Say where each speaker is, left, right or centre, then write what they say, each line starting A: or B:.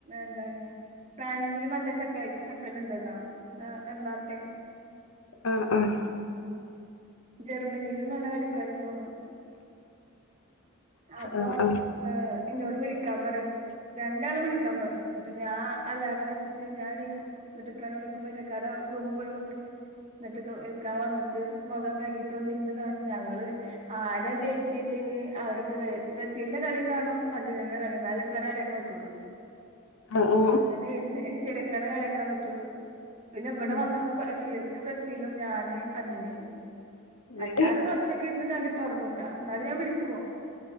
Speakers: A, on the right (about 30°); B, on the left (about 80°).
A: എന്താണ് ഫ്രാൻസില് മറ്റേ ചക്ക ചെക്കനിണ്ടല്ലോ എന്താ എംബാപ്പേ
B: ആഹ് ആഹ്
A: ജർമ്മനിയിലും നല്ല കളിക്കാര്ണ്ട് തോന്ന്ണ് അപ്പൊ
B: ആ ആ
A: ഇന്നോട് വിളിക്കാൻ പറയും രണ്ടാളും വിളിക്കാൻ പറയും ഇന്നിട്ട് ഞാൻ അലാറം വെച്ചിട്ട് ഞാൻ നീക്കും ഇന്നിട്ട് ഇക്കാനെ വിളിക്കും വല്യ ഇക്കാടെ റൂമ് പോയി മുട്ടും എന്നിട്ട് ഇക്കാ വന്നിട്ട് മുഖം കഴുകിട്ട് വന്നിരുന്ന് കാണും ഞങ്ങള് ആരാ ജയിച്ചിച്ചെങ്കെ അവരെ ഇട്ട് കളി ആ ബ്രസീലിന്റെ കളീം കാണും അർജന്റീന്റെ കളീം കാണും ഇന്നാലെല്ലെ ഇക്കാനെ കളിയാക്കാൻ പറ്റുള്ളൂ
B: ആ ആ
A: ആഹ് അങ്ങനേർന്ന് ചെറിയിക്കാനെ കളിയാക്കാൻ പറ്റുള്ളൂ പിന്നെ ഇവിടെ
B: ഉം.
A: വന്നപ്പോ ബഷീർ ബ്രസീലും ഞാന് അർജന്റിനേം മറ്റാള്
B: ഏ,
A: കുറച്ചൊക്കെ ന്ന് കണ്ടിട്ട് ഉറങ്ങുംട്ടാ ഇന്നാലും ഞാൻ വിളിക്കും